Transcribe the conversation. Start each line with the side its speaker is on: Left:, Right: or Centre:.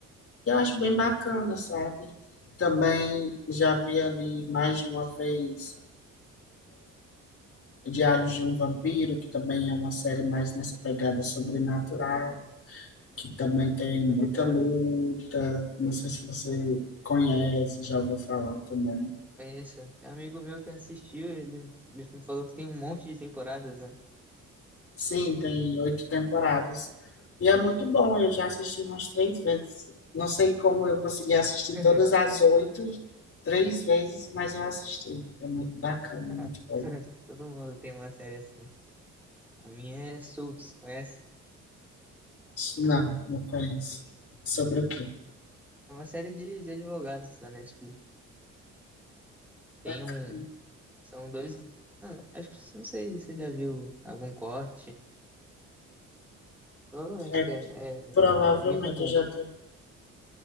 Left: e eu acho bem bacana, sabe? Também já vi ali mais de uma vez Diários de um Vampiro, que também é uma série mais nessa pegada sobrenatural, que também tem
Centre: Tô
Left: muita
Centre: ligado.
Left: luta. Não sei se você conhece, já ouviu falar também.
Centre: É isso. Tem um amigo meu que assistiu, ele, ele me falou que tem um monte de temporadas, né?
Left: Sim, tem oito temporadas. E é muito bom, eu já assisti umas três vezes. Não sei como eu consegui assistir
Centre: <laughs>
Left: todas as oito, três vezes, mas eu assisti. É muito bacana,
Centre: <laughs>
Left: muito bom.
Centre: Todo mundo tem uma série assim. A minha é Suits, conhece?
Left: Não, não conheço. Sobre o quê?
Centre: É uma série de, de advogados da Netflix. Tem
Left: Bacana.
Centre: um. São dois. ah, acho que você- não sei se você já viu algum corte. Provavelmente
Left: É,
Centre: que é, é
Left: provavelmente
Centre: bem famoso.
Left: eu já tô